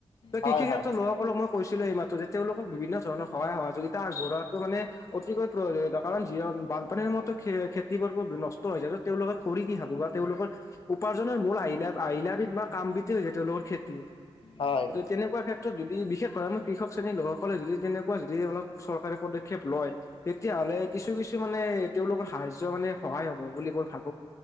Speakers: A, on the left; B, on the left.
A: তো
B: হয়
A: কৃষি
B: হয়
A: ক্ষেত্ৰত লক সকলোক মই কৈছিলো এই মাত্ৰ যে তেওঁলোকক বিভিন্ন ধৰণৰ সহায় সহযোগিতা আগবঢ়োৱাটো মানে অতিকৈ প্ৰয়োজনীয়তা কাৰণ যি বানপানীৰ মতে খেতিবোৰ নষ্ট হৈ যায়। তেওঁলোকে কৰি খাব বা তেওঁলোকৰ উপাৰ্জনৰ মূল আহিলা আহিলা বিধ বা কাম বিধ হৈছে তেওঁলোকৰ খে। <inaudible>
B: হয়
A: তেনেকুৱা ক্ষেত্ৰত যদি বিশেষভাৱে মই কৃষক শ্ৰেণীৰ লোকসকলে যদি তেনেকুৱা যদি অলপ চৰকাৰে পদক্ষেপ লয়। তেতিয়া হ'লে কিছু কিছু মানে তেওঁওলোকৰ সাহাৰ্য্য মানে সহায় হব বুলি মই ভাবো।